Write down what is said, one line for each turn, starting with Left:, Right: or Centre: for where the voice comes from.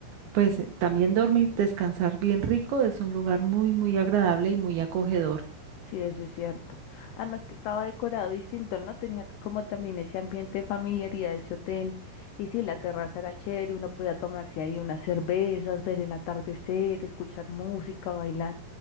Right: pues eh, también dormir, descansar bien rico, es un lugar muy, muy agradable y muy acogedor.
Left: sí, eso es cierto. Además que estaba decorado distinto, ¿no? Tenía como también ese ambiente de familiaridad de ese hotel. Y sí, la terraza era chévere, uno podía tomarse ahí unas cervezas, ver el atardecer, escuchar música, bailar.